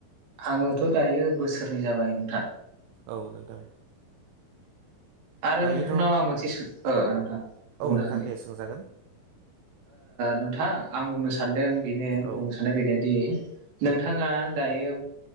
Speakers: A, on the right (about 60°); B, on the right (about 85°).
A: आङोथ' दायो बोसोरनै जाबाय नोंथां।
B: औ नोंथां।
A: आरो
B: दायोथ'
A: नोंथांनाव आं मोनसे नोंथां बुंनो
B: औ नोंथां
A: हागोन दे।
B: सोंजागोन।
A: नोंथां आं बुंनो सानदों बेनो
B: औ
A: बुंनो साननाय बेनोदि नोंथाङा दायो